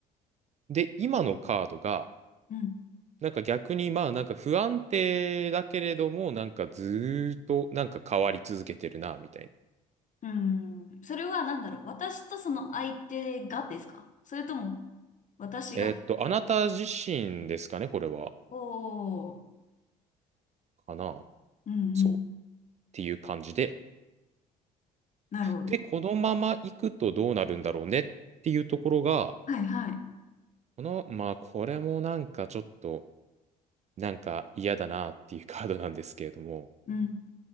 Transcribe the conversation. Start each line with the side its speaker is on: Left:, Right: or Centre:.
Right: で、今のカードが、
Left: うん。
Right: なんか逆にまあなんか不安定だけれどもなんかずーっとなんか変わり続けてるなみたいな。
Left: うんそれは何だろう。私とその相手がですかそれとも、私が。
Right: えーっと、あなた自身ですかね、これは。
Left: おお。
Right: かな。
Left: うんうん。
Right: そう。っていう感じで。
Left: なるほど。
Right: で、このまま行くとどうなるんだろうねっていうところが、
Left: はいはい。
Right: この、まあこれもなんかちょっとなんか嫌だなっていうカードなんですけれども、
Left: うん。